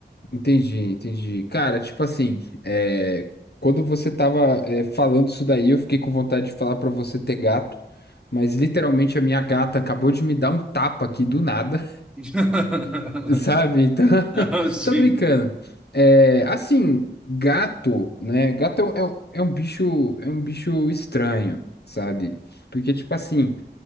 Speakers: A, on the left; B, in the centre.
A: Entendi, entendi. Cara, tipo assim, é, quando você tava é, falando isso daí, eu fiquei com vontade de falar pra você ter gato, mas literalmente a minha gata acabou de me dar um tapa aqui do nada,
B: <laughs>
A: <laughs> sabe? Então, <laughs>
B: Ah, Sim.
A: tô brincando. É, assim, gato, né? Gato é um, é um é um bicho, é um bicho estranho, sabe? Porque, tipo assim.